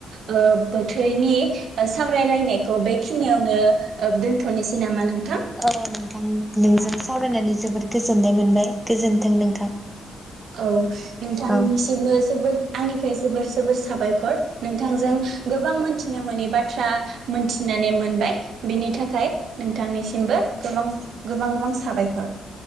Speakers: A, on the right (about 65°); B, in the centre.
A: ओ बोथोरनि ओ सावरायलायनायखौ बेखिनियावनो ओ दोनथ'नोसै नामा नोंथां
B: औ नोंथां नोंजों सावरायनानै जोबोद गोजोननाय मोनबाय गोजोनथों नोंथां
A: औ नोंथांनिसिबो
B: औ
A: जोबोर आंनिफ्राय जोबोर जोबोर साबायखर नोंथांजों गोबां मोनथिनो मोनोनि बाथ्रा मोनथिनानै मोनबाय बेनि थाखाय नोंथांनिसिमबो गोबां गोबां गोबां साबायखर